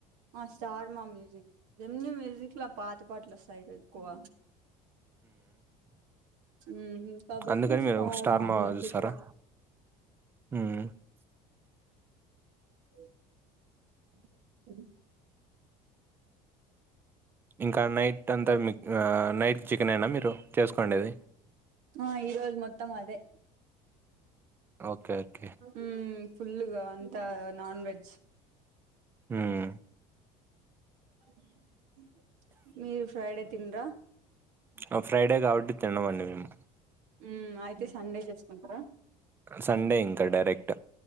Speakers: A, on the right; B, on the right.
A: ఆ స్టార్ మా మ్యూజక్ జెమ్ని మ్యూజక్లా పాత పాట్లా సైకల్ కోవ ఉమ్ కబడ్డీ
B: అందుకని
A: స్టార్
B: మీరు
A: మా మ్యూజక్లా
B: చూస్తారా మ్మ్.
A: ఓ స <unintelligible>
B: ఇంకా నైట్ అంతా మీకు ఆ నైట్కి చికెన్ అయినా మీరు చేసుకోండిది
A: ఆ ఈ రోజు మొత్తం అదే
B: ఓకే. ఓకే.
A: ఉమ్ ఫుల్ గా అంత నాన్ వెజ్
B: హ్మ్.
A: అ మీరు ఫ్రైడే తినరా
B: ఆ ఫ్రైడే కాబట్టి తినమండి మేము
A: ఉమ్ అయితే సండే చేసుకుంట
B: సండే ఇంకా డైరెక్ట్.